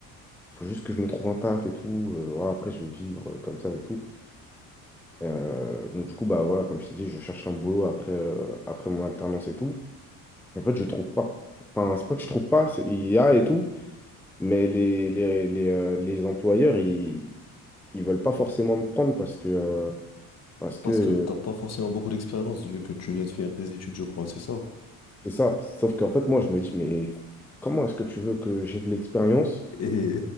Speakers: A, in the centre; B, on the left.
A: faut juste que je me trouve un taf et tout. Euh, voilà, après, je vais vivre euh, comme ça et tout. Euh, donc, du coup, bah voilà, comme je t'ai dit, je cherche un boulot après, euh, après mon alternance et tout. En fait, je trouve pas. Enfin, c'est pas que je trouve pas, c'est- il y a et tout. Mais les, les, les, euh, les employeurs, ils ne veulent pas forcément me prendre parce que, euh, parce
B: Parce
A: que euh,
B: que t'as pas forcément beaucoup d'expérience vu que tu viens de finir tes études, je crois, c'est ça.
A: c'est ça. Sauf qu'en fait, moi, je me dis, mais comment est-ce que tu veux que j'ai de l'expérience
B: Et,